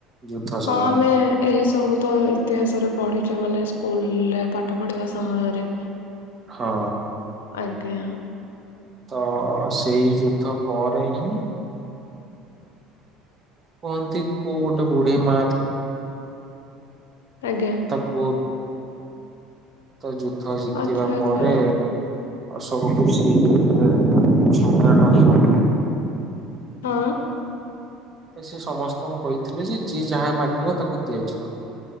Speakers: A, on the right; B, on the left.
A: ଯୁଦ୍ଧ ସମୟରେ
B: ହଁ ଆମେ ଏହି ସବୁ ତ ଇତିହାସରେ ପଡ଼ିଛି ମାନେ ସ୍କୁଲରେ ପାଠ ପଢିବା ସମୟରେ।
A: ହଁ।
B: ଆଜ୍ଞା।
A: ତ ସେଇ ଯୁଦ୍ଧ ପରେ ହିଁ କୁହନ୍ତି କୋଉ ଗୋଟେ ବୁଢୀ ମା
B: ଆଜ୍ଞା
A: ତା ପୁଅ ତ ଯୁଦ୍ଧ ଜିତିବା
B: ଆଚ୍ଛା ଆଚ୍ଛା
A: ପରେ ଅସବୁ ଖୁସି ରେ ସମ୍ରାଟ ଅଶ
B: ହଁ
A: ତ ସେ ସମସ୍ତଙ୍କୁ କହିଥିଲେ ଯେ ଯିଏ ଯାହା ମାଗିବ ତାକୁ ଦିଆଯିବ।